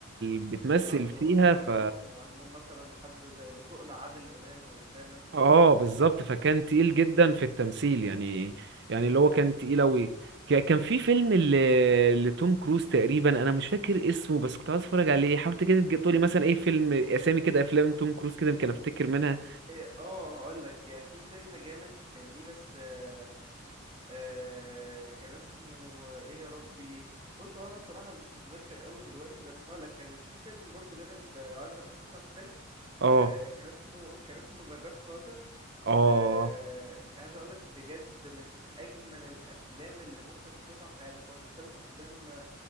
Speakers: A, on the right; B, on the right.
A: يعني
B: بتمثل
A: بالظبط
B: فيها
A: و- واهمهم
B: ف
A: واهمهم مثلا حد زي بتقلع عادل امام يعني فاهم انت
B: اه بالظبط فكان تقيل جدا في التمثيل يعني يعني اللي هو كان
A: اكيد
B: تقيل اوي ك- كان في فيلم ل- لتوم كروز تقريبا انا مش فاكر اسمه بس كنت عايز اتفرج عليه حاولت كده تج- تقولي مثلا ايه فيلم اسامي كده افلام توم كروز كده يمكن افتكر منها
A: ايه اه هقول لك يا في فيلم جامد كان ليه بس آه آه كان اسمه ايه يا ربي بص هو انا صراحة مش متذكر قوي دلوقتي بس هقول لك كان في فيلم برضو جامد آه، لو عايز ارشح لك فيلم
B: اه
A: آه كان اسمه كان اسمه ذا جاد فازر
B: اه
A: آه، عايز اقول لك بجد من اجمل الافلام اللي ممكن تشوفها في حياتك هو سلسله افلام آه،